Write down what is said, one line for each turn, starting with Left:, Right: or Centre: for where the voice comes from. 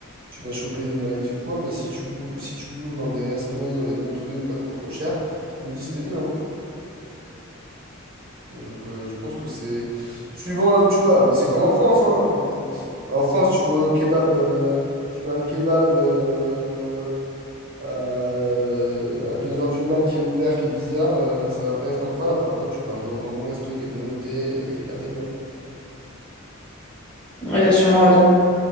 Right: tu vas choper des maladies ou quoi. Mais si tu bouffes, si tu bouffes dans des restos, dans des bons trucs, pas trop trop cher, ils me disent que c'était bien. hein. Donc euh, je pense que c'est suivant là où tu vas. Mais c'est comme en France, hein. En France, tu vas au kebab, euh, tu vas à un kebab euh, à à deux heures du mat qui est ouvert, qui est bizarre, euh, ça va pas être incroyable. Par contre, tu vas dans un bon resto qui est bien noté et là, t'es bien.
Centre: Ouais, t'as sûrement raison.